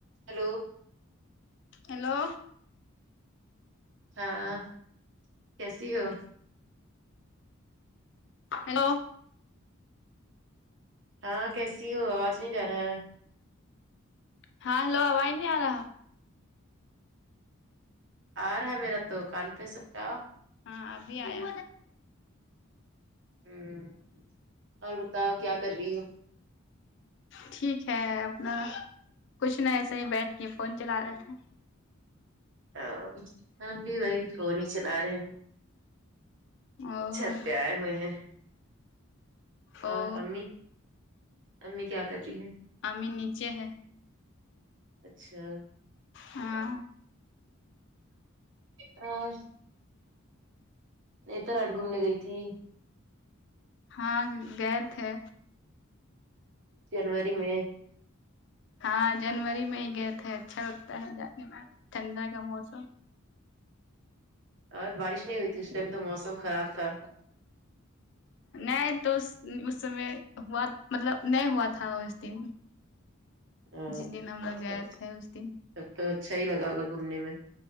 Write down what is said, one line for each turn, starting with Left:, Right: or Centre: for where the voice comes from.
Right: hello
Left: hello
Right: ہاں کیسی ہو
Left: ہیلو
Right: ہاں کیسی ہو آواز نہیں جا رہا ہے
Left: ہاں ہیلو آواز نہیں آ رہا
Right: آ رہا ہے میرا دکان پے سٹا
Left: ہاں ابھی آیا
Right: ہمم اور بتاؤ کیا کر رہی ہو
Left: ٹھیک ہے اپنا کچھ نہ ایسے ہی بیٹھ کے فون چلا رہے تھے
Right: آ ہم بھی وہی فون ہی چلا رہے
Left: او
Right: چھت پے آئے ہوئے ہیں
Left: او
Right: اور امی امی کیا کر رہی ہے
Left: امی نیچے ہے
Right: اچھا
Left: ہاں
Right: اور نتراٹ گھومنے گئی تھی
Left: ہاں گئے تھے
Right: جنوری میں
Left: ہاں جنوری میں ہی گئے تھے اچھا لگتا ہے جانے میں ٹھنڈا کا موسم
Right: اور بارش نہیں ہوئی تھی اس ٹائم تو موسم خراب تھا
Left: نہیں تو اس اس سمے ہوا مطلب نہیں ہوا تھا اس دن
Right: ہاؤ
Left: جس دن ہم لوگ
Right: چھا
Left: گئے تھے اس دن
Right: تو اچھا ہی لگا ہوگا گھومنے میں